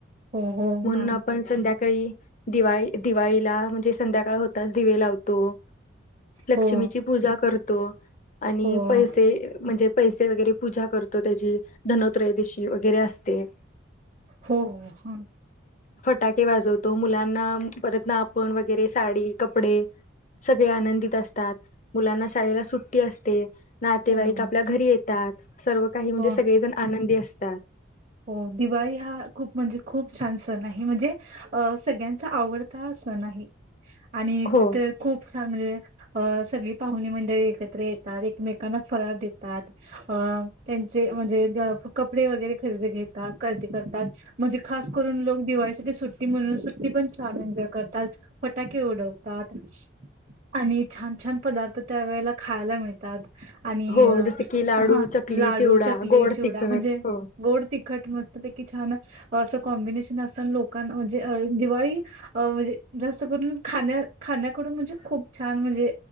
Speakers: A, on the right (about 35°); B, on the left (about 35°).
A: हो हो
B: म्हणून
A: मॅम
B: आपण संध्या काही दिवाळी दिवाळीला म्हणजे संध्याकाळ होताच दिवे लाव तो लक्ष्मीची
A: हो
B: पूजा कर तो. आणि
A: हो
B: पैसे
A: हो
B: म्हणजे पैसे वगैरे पूजा करतो त्याची धनोत्रयोदिशी वगैरे असते.
A: हो ह
B: फटाके वाजवतो मुलांना परत ना आपण व गैरे साडी कपडे सगळे आनंदित असतात मुलांना शाळेला सुट्टी असते नातेवाईक
A: मॅम
B: आपल्या घरी येतात. सर्व काही म्हणजे
A: हो
B: सगळेजण आनंदी असतात.
A: हो दिवाळी हा खूप म्हणजे खूप छान सण आहे म्हणजे सगळ्यांचा आवडता सण आहे. आणि
B: हो
A: ते खूप छान म्हणजे अ सगळी पाहुणी मंडळी एकत्र येतात एकमेकांना फराळ देतात अ त्यांचे म्हणजे कपडे वगैरे खरदी घेतात खरेदी करतात म्हणजे खास करून लोक दिवाळीसाठी सुट्टी म्हणून सुट्टी पण छान एन्जॉय करतात फटाके उडवतात आणि छान छान पदार्थ त्यावेेळेला खायला मिळतात. आणि
B: हो जस की लाडू
A: हा
B: चकली
A: लाडू
B: चिवडा
A: चकली
B: गोड
A: चिवडा
B: तिखट
A: म्हणजे
B: हो
A: गोड तिखट मस्तपैकी छान असं कॉम्बिनेशन असत लोकांना म्हणजे दिवाळी म्हणजे जास्त करून खा खाण्याकडून म्हणजे खूप छान म्हणजे